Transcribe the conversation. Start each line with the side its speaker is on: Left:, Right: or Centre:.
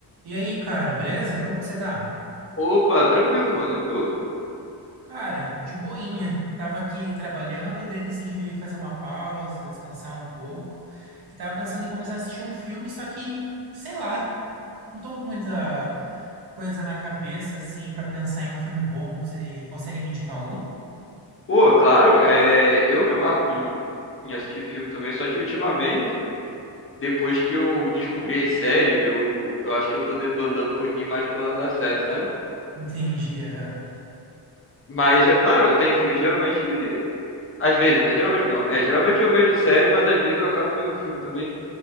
Right: E aí, cara, beleza? Como que você tá?
Left: Opa, tranquilo, mano. E tu?
Right: Cara, de boinha. Tava aqui trabalhando, daí decidi fazer uma pausa, descansar um pouco. E tava pensando em começar a assistir um filme, só que, sei lá, não tô com muita coisa na cabeça, assim, pra pensar em um filme bom. Você consegue me indicar algum?
Left: Pô, claro, é, eu me amarro em, em assistir filme também, só que ultimamente, depois que eu descobri as séries, eu, eu acho que eu tô debandando um pouquinho mais pro lado da série, sabe?
Right: <laughs> Entendi, aham.
Left: Mas é claro, eu tenho filme, geralmente, às vezes, geralmente não. É, geralmente eu vejo série, mas às vezes eu acabo vendo filme também.